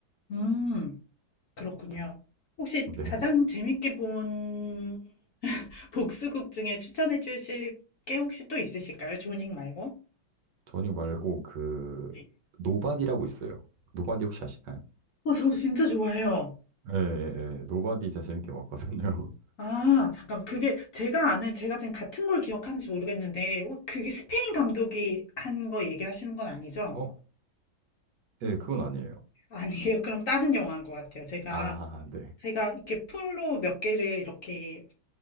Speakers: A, on the left; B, on the right.
A: 음. 그렇군요.
B: 네.
A: 혹시
B: <laughs> 네.
A: 가장 재밌게 본 <laughs> 복수극 중에 추천해 주실 게 혹시 또 있으실까요? 조닝 말고?
B: 조닉 말고 그
A: 네.
B: 노바디라고 있어요. 노바디 혹시 아시나요?
A: 어, 저 진짜 좋아해요.
B: 예, 예, 예. 노바디 진짜 재밌게 봤거든요.
A: 아, 잠깐, 그게 제가 아는, 제가 지금 같은 걸 기억하는지 모르겠는데, 어, 그게 스페인 감독이 한 거 얘기하시는 건 아니죠?
B: <laughs> 어? 예, 그건 아니에요.
A: 아니에요. 그럼 다른 영화인 것 같아요. 제가,
B: 아, 네.
A: 제가 이렇게 풀로 몇 개를 이렇게